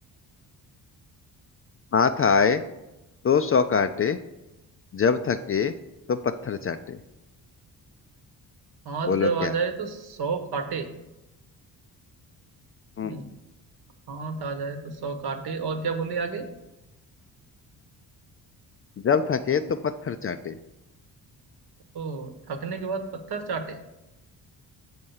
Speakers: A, on the left; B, on the right.
A: हाथ आए तो सौ काटे जब थके तो पत्थर चाटे
B: हाथ
A: बोलो
B: जब आ
A: क्या
B: जाए तो सौ काटे
A: हम्म
B: हम्म, हाथ आ जाए तो सौ काटे और क्या बोले आगे
A: जब थके तो पत्थर चाटे
B: ओ थकने के बाद पत्थर चाटे